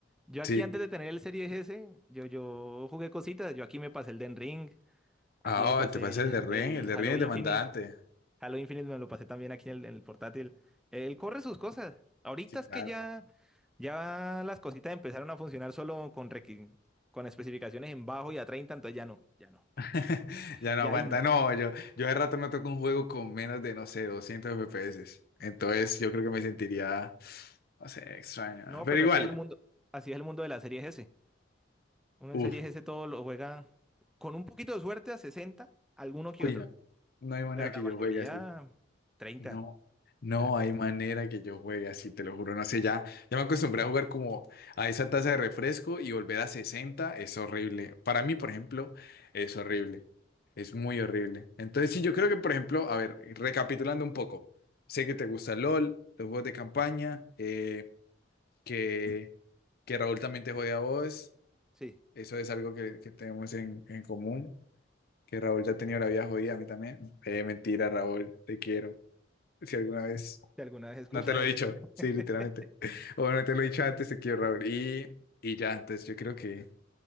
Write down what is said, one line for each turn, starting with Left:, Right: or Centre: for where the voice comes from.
Centre: Yo
Left: Sí.
Centre: aquí antes de tener el Series S, yo, yo jugué cositas. Yo aquí me pasé el Den Ring,
Left: Ah,
Centre: aquí me pasé
Left: te pasa
Centre: el,
Left: el de Ren,
Centre: el
Left: el de
Centre: Halo
Left: Ren es
Centre: Infinite.
Left: demandante.
Centre: Halo Infinite me lo pasé también aquí en el, en el portátil. Él corre sus cosas. Ahorita
Left: Sí, claro.
Centre: es que ya, ya las cositas empezaron a funcionar solo con, requi- con especificaciones en bajo y a 30, entonces ya no, ya no,
Left: <laughs> Ya no
Centre: ya
Left: aguanta,
Centre: ahí no.
Left: no, yo, yo hace rato no toco un juego con menos de, no sé, 200 FPS, entonces
Centre: Nah.
Left: yo creo que me sentiría, no sé, extraño,
Centre: No,
Left: pero
Centre: pero
Left: igual,
Centre: así es el mundo, así es el mundo de las series S. Uno en
Left: uff,
Centre: series S todo lo juega con un poquito de suerte a 60, alguno que
Left: uy,
Centre: otro,
Left: no, no hay manera
Centre: pero la
Left: que
Centre: mayoría
Left: yo juegue así.
Centre: 30.
Left: No, no
Centre: Ya,
Left: hay manera que yo juegue así, te lo juro. No sé, ya, ya me acostumbré a jugar como a esa taza de refresco y volver a 60 es horrible. Para mí, por ejemplo, es horrible. Es muy horrible. Entonces, sí, yo creo que, por ejemplo, a ver, recapitulando un poco, sé que te gusta LOL, los juegos de campaña, eh, que, que Raúl también te jode a vos.
Centre: Sí,
Left: Eso es algo que, que tenemos en, en común. Que Raúl ya ha tenido la vida jodida, a mí también. Eh, mentira, Raúl, te quiero. Si alguna vez.
Centre: si alguna vez escuchas
Left: No te lo
Centre: esto.
Left: he dicho, sí,
Centre: <laughs>
Left: literalmente. <laughs> O bueno, te lo he dicho antes, te quiero, Raúl. Y, y ya, entonces yo creo que,